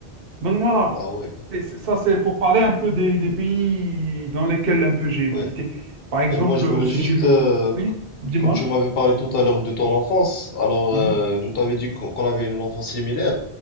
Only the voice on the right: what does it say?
Donc voilà.
C'est- c'est- ça, c'est pour parler un peu des, des pays dans lesquels un peu j'ai visité.
Par exemple,
aussi
j'ai vu.
Oui, dis-moi.
Mhm,